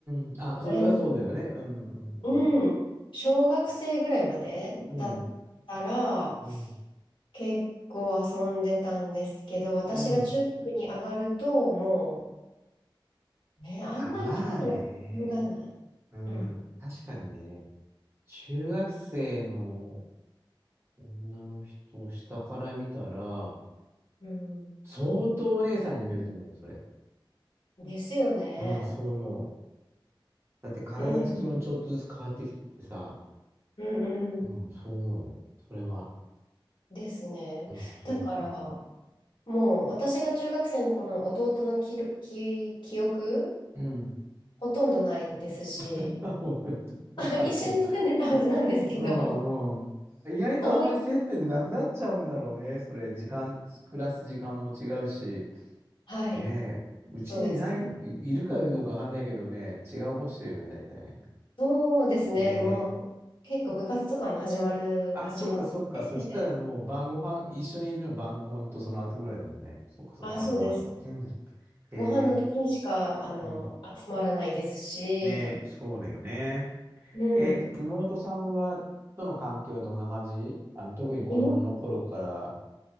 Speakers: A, on the right; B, on the left.
A: ん。あ、それはそうだよね。
B: それも、
A: うん、うん、
B: うん、小学生ぐらいまでだったら、
A: うん。うん、うん。
B: 結構遊んでたんですけど、私が中学に上がると、
A: うん
B: もう、ね、あんまり兄弟のこと考えない。
A: あ、まあね。うん。
B: うん。
A: 確かにね。中学生の女の人を下から見たら、
B: うん。
A: 相当お姉さんに見えると思うよ、それ。
B: ですよね。
A: うん、そう思う。だって体つきもちょっとずつ変わってきててさ。
B: うん、うん、うん
A: うん、そう思うよ。それは。
B: ですね。
A: うん、そう思う、
B: だから、
A: そう思
B: もう私が中学生の頃の弟の記録記、記憶、
A: う。うん。
B: ほとんどないですし、
A: <laughs> あ、もうあ、
B: <laughs> 一緒に住んでたはずなんですけど、
A: そう。<laughs> うんうん。意外とあまり接点なくなっちゃうんだろうね。
B: 思い、
A: それ、時間、暮らす時間も違うし。
B: はい、
A: ねえ。うちにないよ、
B: そうです。
A: い、いるかどうかわかんないけどね、違うことしてるよね、大体ね。
B: そうですね、
A: え
B: もう結構部活とかも始まる、
A: え。あ、
B: 始まって、
A: そっかそっか。そしたらもう晩ご飯、一緒にいるの晩ご飯とその後ぐらいだもんね。そっかそっか、
B: あ、
A: 朝ご飯と。
B: そうです。
A: うん。ええ。
B: ご飯の時にしか、あの、
A: うん。
B: 集まらないですし、
A: ねえ、そうだよね。
B: うん。
A: え、妹さんは、との関係はどんな感じあの、特に子供の頃から
B: 妹